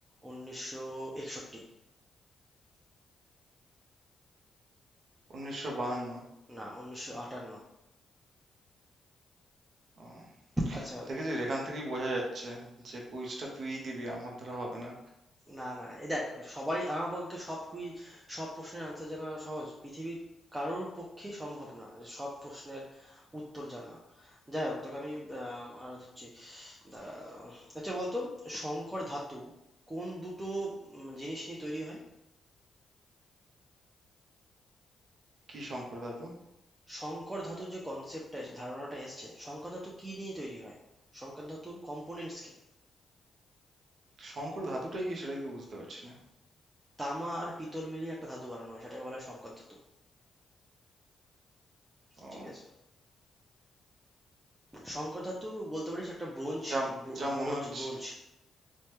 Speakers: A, on the right; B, on the right.
A: উনিশশো একষট্টি
B: উনিশশো বাহান্ন
A: না 1958
B: ও
A: আচ্ছা
B: দেখেছিস এখান থেকেই বোঝা যাচ্ছে যে কুইজটা তুই দিবি আমার ধরা হবে না
A: না না এ দেখ সবারই আমার পক্ষে সব কুই সব প্রশ্নের আনসার জানা সহজ পৃথিবীর কারোর পক্ষেই সম্ভব না সব প্রশ্নের উত্তর জানা যাই হোক তোকে আমি আহ, আর হচ্ছে দাঁড়া আচ্ছা বলতো সংকর ধাতু কোন দুটো উম, জিনিস নিয়ে তৈরি হয়
B: কি শঙ্কর ধাতু
A: সংকর ধাতুর যে কনসেপ্টটা ধারণাটা এসছে সংকর ধাতু কি নিয়ে তৈরি হয় সংকর ধাতুর কম্পোনেন্টস কি
B: শঙ্কর ধাতুটাই কি সেটা কি বুঝতে পারছি না
A: তামা আর পিতল মিলিয়ে একটা ধাতু বানানো হয় সেটাকে বলা হয় সংকর ধাতু
B: ও
A: ঠিক আছে শঙ্কর ধাতু বলতে পারিস একটা ব্রোঞ্জ
B: যা যা মনে
A: ব্রোঞ্জ
B: হচ্ছে
A: ব্রোঞ্জ